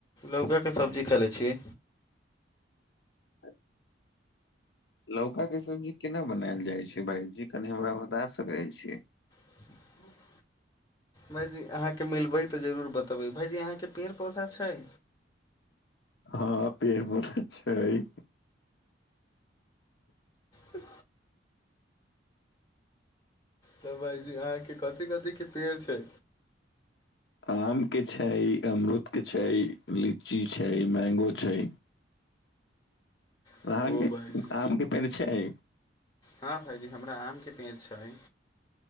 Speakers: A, on the left; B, on the left.
A: लौकाके सब्जी ख ले छी।
B: आ। लौकाके सब्जी केना बनायल जाइत छै भायजी कनि हमरा बता सकैत छी।
A: ह। भाइजी अहाँकेँ मिलबै तऽ जरूर बतबै भाइजी अहाँके पेड़ पौधा छै।
B: हँ पेड़ पौड़ा छै।
A: तठ। तऽ भाइजी अहाँके। के कथि कथि के पेड़ छै।
B: आम के छै अमरूद के छै लीची छै मैगो छै।
A: ओ
B: अहाँके
A: भायजी
B: आम के पेड़ छै।
A: हँ भाइजी हमरा आम के पेड़ छै।